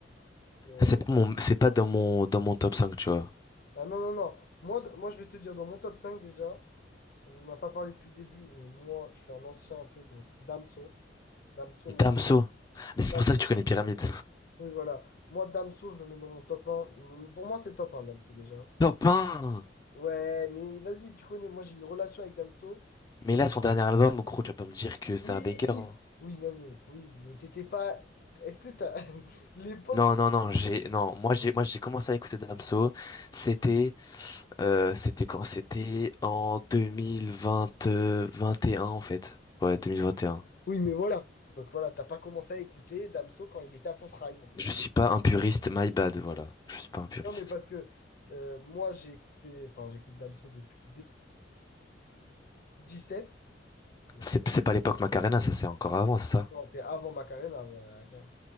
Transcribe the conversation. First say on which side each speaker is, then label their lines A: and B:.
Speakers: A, on the left; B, on the left.
A: Mais,
B: C'est
A: euh,
B: pas mon, c'est pas dans mon, dans mon top cinq, tu vois.
A: Ah non, non, non, moi, d- moi, je vais te dire, dans mon top 5 déjà, on n'a pas parlé depuis le début, mais moi, je suis un ancien un peu, donc Damso, Damso, moi,
B: Damso. Mais c'est
A: Damso,
B: pour ça que tu connais Pyramide.
A: oui, voilà, moi, Damso, je le mets dans mon top un Mm, pour moi, c'est top un Damso, déjà.
B: Top 1!
A: Ouais, mais vas-y, tu connais, moi, j'ai une relation avec Damso, c'est
B: Mais
A: une-
B: là, son dernier album, gros, tu vas pas me dire que c'est
A: Oui,
B: un banger, hein.
A: oui, non, mais, oui, mais t'étais pas... Est-ce que t'as <laughs> l'époque
B: Non,
A: où...
B: non, non, j'ai, non, moi, j'ai, moi, j'ai commencé à écouter Damso. C'était, euh, c'était quand? C'était en 2020, 21, en fait. Ouais, 2021.
A: Oui, mais voilà. Donc voilà, t'as pas commencé à écouter Damso quand il était à son prime, en fait.
B: Je suis pas un puriste, my bad, voilà. Je suis pas un puriste.
A: Non, mais parce que euh, moi, j'ai écouté, enfin, j'écoute Damso depuis 2017. Donc,
B: C'est
A: euh,
B: c'est pas l'époque Macarena, ça c'est encore avant, c'est ça.
A: non, c'est avant Macarena, bah, quand même.